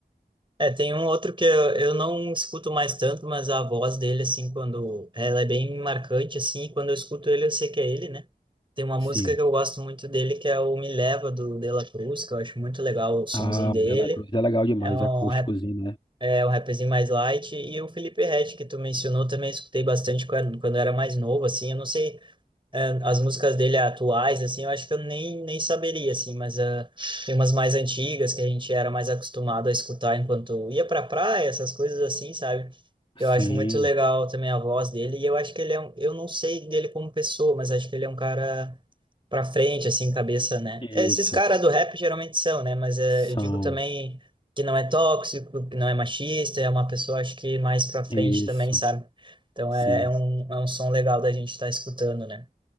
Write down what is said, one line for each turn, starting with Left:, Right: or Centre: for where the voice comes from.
Right: É, tem um outro que eu, eu não escuto mais tanto, mas a voz dele, assim, quando... Ela é bem marcante, assim, e quando eu escuto ele, eu sei que é ele, né? Tem uma música
Left: Sim.
Right: que eu gosto muito dele, que é o Me Leva, do De La Cruz, que eu acho muito legal o sonzinho
Left: Ah,
Right: dele.
Left: o De La Cruz é legal demais,
Right: É um,
Left: acústicozinho,
Right: rap,
Left: né?
Right: é um rapzinho mais light. E o Felipe Ret, que tu mencionou, também escutei bastante quando, quando eu era mais novo, assim. Eu não sei é, as músicas dele atuais, assim, eu acho que eu nem, nem saberia, assim, mas ah, tem umas mais antigas que a gente era mais acostumado a escutar enquanto ia pra praia, essas coisas assim, sabe? Eu
Left: Sim,
Right: acho muito legal também a voz dele, e eu acho que ele é um, eu não sei dele como pessoa, mas acho que ele é um cara pra frente, assim, cabeça, né?
Left: isso.
Right: Esses caras do rap geralmente são, né? Mas eh,
Left: São,
Right: eu digo também que não é tóxico, que não é machista, é uma pessoa, acho que mais pra frente
Left: isso,
Right: também, sabe? Então
Left: sim.
Right: é, é um, é um som legal da gente estar escutando, né?